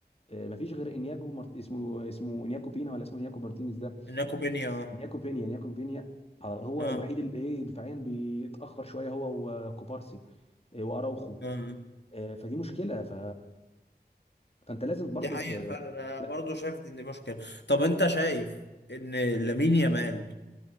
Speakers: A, on the left; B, on the left.
A: آه، ما فيش غير انياجو مارت... اسمه اسمه انياكو بينا ولا اسمه انياكو مارتينيز ده
B: انكو بينيا اه
A: انياكو بينيا انياكو بينيا على- هو
B: اه
A: الوحيد اللي ايه دفاعيا بيتاخر شويه هو وكوبارسي آه، واراوخو
B: اه
A: آه، فدي مشكلة ف... فأنت لازم برضو
B: دي حقيقة
A: ت...
B: فعلا انا
A: لا
B: برضو شايف ان دي مشكلة طب انت شايف ان لامين يامال